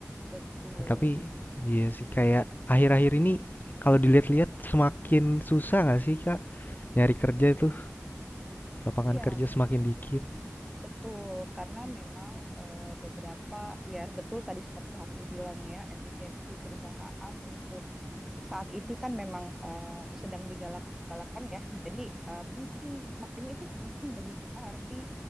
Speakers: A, in the centre; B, on the left.
A: betul.
B: Nah, tapi iya sih kayak akhir-akhir ini kalau dilihat-lihat semakin susah nggak sih, Kak? Nyari kerja itu, lapangan
A: Iya,
B: kerja semakin dikit.
A: betul. Karena memang eh, beberapa, ya betul tadi seperti Harvey bilang ya, efisiensi perusahaan untuk saat ini kan memang eh, sedang digalak-galakan ya. Jadi eh, penting, makanya itu penting bagi kita Harvey